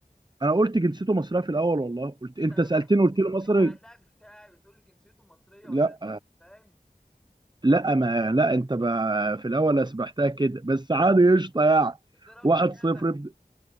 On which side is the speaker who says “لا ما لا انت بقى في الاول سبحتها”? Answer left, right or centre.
Right